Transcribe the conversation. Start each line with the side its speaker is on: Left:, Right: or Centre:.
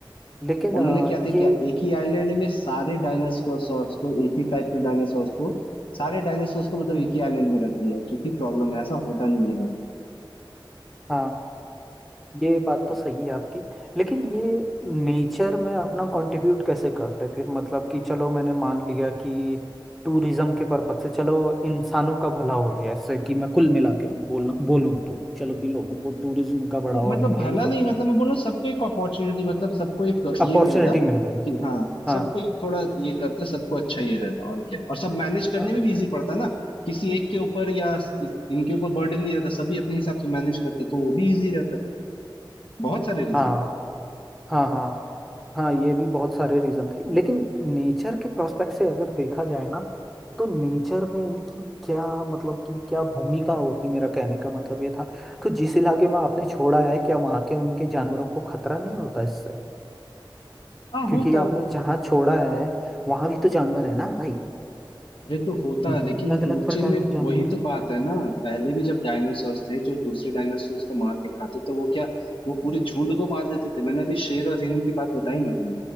Centre: लेकिन
Left: उन्होंने
Centre: अ,
Left: क्या
Centre: ये
Left: थे क्या एक ही आइलैंड में सारे डायनासोर्स को एक ही टाइप के डायनासोर्स को सारे डायनासोर्स को मतलब
Centre: हम्म,
Left: एक ही आइलैंड में रख दिया क्योंकि प्रॉब्लम है ऐसा होता नहीं है भाई
Centre: हाँ ये बात तो सही है आपकी लेकिन ये नेचर में अपना कंट्रीब्यूट कैसे करते फिर मतलब कि चलो मैंने मान लिया कि टूरिज्म के पर्पज से चलो इंसानों का भला हो गया इससे कि मैं कुल मिला के बोल बोलूँ तो चलो कि लोगों को टूरिज्म का बढ़ावा
Left: मतलब
Centre: मिल गया
Left: भला
Centre: ये सब
Left: नहीं मतलब मैं बोल रहा हूँ सबको एक अपॉर्चुनिटी मतलब सबको एक
Centre: अपॉर्चुनिटी
Left: ये मिलता
Centre: मिल गई
Left: कि हाँ
Centre: हाँ
Left: सबको एक थोड़ा ये करता सबको अच्छा ये रहता और क्या और सब मैनेज करने
Centre: अ,
Left: में भी इजी पड़ता ना किसी एक के ऊपर या इस- इनके ऊपर बर्डन नहीं रहता सभी अपने हिसाब से मैनेज करते तो वो भी इजी रहता बहुत सारे रीजन
Centre: हाँ हाँ हाँ हाँ ये भी बहुत सारे रीजन थे लेकिन नेचर के प्रोस्पेक्ट से अगर देखा जाए ना तो नेचर में इनकी क्या मतलब कि क्या भूमिका होती मेरा कहने का मतलब ये था तो जिस इलाके में आपने छोड़ा है क्या वहाँ के उनके जानवरों को खतरा नहीं होता इससे
Left: हाँ होता
Centre: क्योंकि आपने जहाँ छोड़ा है वहाँ भी तो जानवर है ना भाई
Left: अरे तो होता
Centre: अलग
Left: है लेकिन फूड
Centre: अलग प्रकार
Left: चेन में
Centre: के जानवर
Left: वही तो
Centre: हैं।
Left: बात है ना पहले भी जब डायनासोर थे जो दूसरे डायनासोर को मार के खाते तो वो क्या वो पूरे झुंड को मार देते थे मैंने अभी शेर और हिरन की बात बताई ना तुम्हें